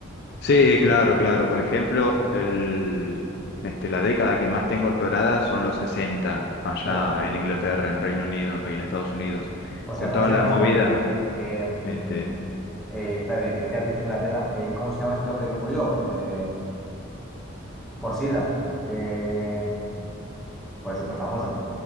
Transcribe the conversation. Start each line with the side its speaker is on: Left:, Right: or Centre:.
Left: Sí, claro, claro. Por ejemplo, el, este, la década que más tengo explorada son los 60 allá
Centre: Joder.
Left: en Inglaterra, en Reino Unido y en Estados Unidos.
Centre: O sea,
Left: Con
Centre: ¿cómo
Left: toda
Centre: se
Left: la
Centre: llama
Left: movida,
Centre: este hombre? Em,
Left: este,
Centre: eh, espérate, que es que has dicho Inglaterra. Eh, ¿cómo se llama este hombre que murió? Eh, por SIDA. Eh, joder, súper famoso.